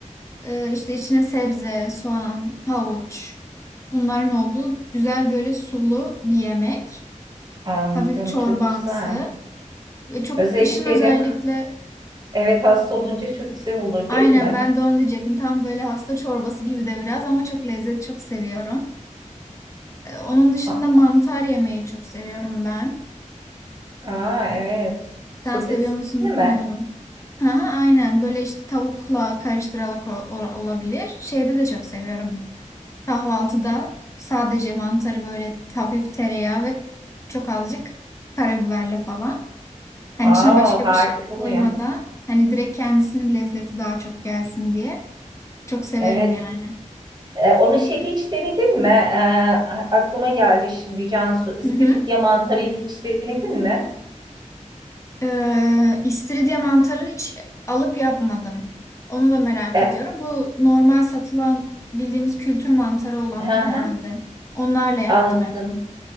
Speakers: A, on the left; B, on the right.
A: Ee, işte içine sebze, soğan, havuç bunların olduğu güzel böyle sulu bir yemek.
B: Anladım,
A: Hafif çorbamsı
B: çok güzel.
A: ve çok
B: Özellikle
A: kışın özellikle
B: de evet hasta olunca çok güzel olur
A: aynen
B: değil mi?
A: ben de onu diyecektim. Tam böyle hasta çorbası gibi de biraz ama çok lezzet çok seviyorum. Ee, onun dışında
B: A-
A: mantar yemeyi çok seviyorum ben.
B: Aa, evet. Sotesini
A: Sen seviyor musun
B: mi?
A: bilmiyorum. Hı hı, aynen böyle işte tavukla karıştırarak ol- ol- olabilir. Şeyde de çok seviyorum. Kahvaltıda sadece mantarı böyle hafif tereyağı ve çok azıcık karabiberle falan. Hani
B: Aa
A: içine başka
B: harika
A: bir şey
B: oluyor.
A: koymadan hani direkt kendisinin lezzeti daha çok gelsin diye. Çok severim
B: Evet.
A: yani.
B: E, onu şeyle hiç denedin mi? E, a- aklıma geldi şimdi Cansu. İstiridye
A: Hı hı.
B: mantarıyla hiç denedin mi?
A: Ee, istiridye mantarını hiç alıp yapmadım. Onu da merak
B: E,
A: ediyorum. Bu normal satılan bildiğimiz kültür mantarı olanlar
B: hı hı,
A: herhalde. Onlarla yaptım
B: anladım.
A: hep.